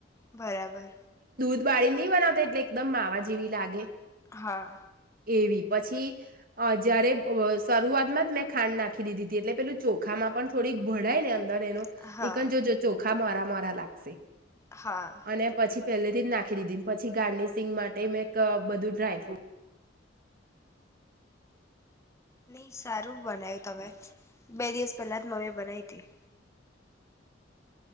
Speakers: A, on the left; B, on the right.
A: બરાબર.
B: બાળી નહી બનાવતા એટલે એકદમ માવા જેવી લાગે.
A: હા.
B: એવી પછી જયારે શરૂઆતમાં જ મેં ખાંડ નાખી દીધી હતી એટલે પેલું ચોખામાં પણ થોડીક ભડાય નેર એનું
A: હા
B: નિકન જો ચોખા મારા મરા લાગશે.
A: હા.
B: અને પછી પહેલેથી જ નાખી દીધી પછી ગાર્નિશિંગ માટે મેં એક બધું ડ્રાયફ્રૂટ
A: નહી સારું બનાવ્યું તમે બે દિવસ પહેલા જ મમે બનાય હતી.